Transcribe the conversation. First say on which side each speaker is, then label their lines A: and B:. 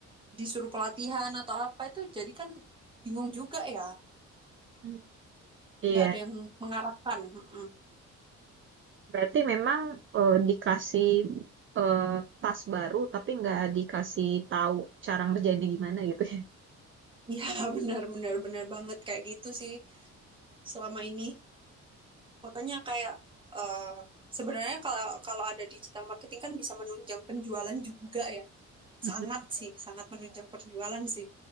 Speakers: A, on the right; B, on the right.
A: disuruh pelatihan atau apa itu jadi kan bingung juga ya
B: Hmm. Iya,
A: nggak ada yang mengarahkan Mm-mm.
B: berarti memang eh, dikasih eh, tas baru, tapi nggak dikasih tahu cara ngerjainnya gimana gitu ya?
A: <laughs> ya benar benar benar banget kayak gitu sih selama ini makanya kayak eh, sebenarnya kalau kalau ada digital marketing kan bisa menunjang penjualan juga ya
B: Mhm.
A: sangat sih sangat menunjang penjualan sih